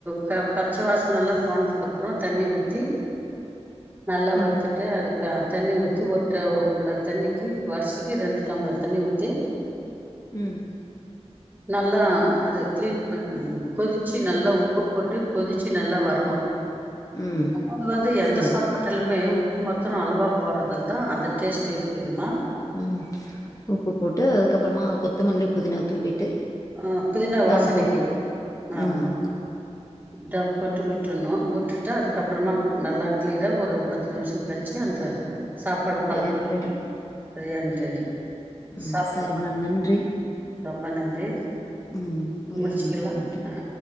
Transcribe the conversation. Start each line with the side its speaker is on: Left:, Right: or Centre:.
Right: க பச்ச வாசன எல்லா போனதுக்கப்றோ தண்ணி ஊத்தி நல்லா வர்த்துட்
Left: ம்
Right: டு அதுக்கு தண்ணி ஊத்தி ஒரு டம்ளர் தண்ணிக்கு வரிசிக்கு ரெண்டு டம்ளர் தண்ணி ஊத்தி
Left: ம்
Right: நல்லா அத கிளீன் பண் கொதிச்சு நல்லா உப்பு போட்டு கொதிச்சு நல்லா வரணு
Left: ம்
Right: அதாவது வந்து எந்த
Left: சரி
Right: சாப்பாடு ஆட்டலுமே உப்பு மாத்தரோ அளவா போடுறதில தா அந்த டேஸ்ட்டே இருக்குதுமா
Left: ம் உப்பு போட்டு அதுக்கப்பறமா கொத்தமல்லி புதினா தூவிட்டு
Right: ஆ புதினா
Left: தம்
Right: வாசனைக்கு
Left: போட்டுவிடனு
Right: ஆமா
Left: ம்
Right: தம் போட்டு விட்டுறணு விட்டுட்டா அதுக்கப்றோமா
Left: ம்
Right: நல்லா கிளீயரா ஒரு பத்து நிமிஷோ கழிச்சு அந்த சாப்பாடு
Left: பிரியாணி
Right: பல பலன்னு
Left: ரெடி
Right: ப்ரியாணி ரெடி
Left: ம்
Right: சாப்ட்டு
Left: சரிம்மா
Right: பாருங்க
Left: நன்றி
Right: ரொம்ப நன்றி
Left: ம் உரையாடுனதுக்கு
Right: முடிச்சுக்கலா
Left: நன்றி
Right: ஆ
Left: மா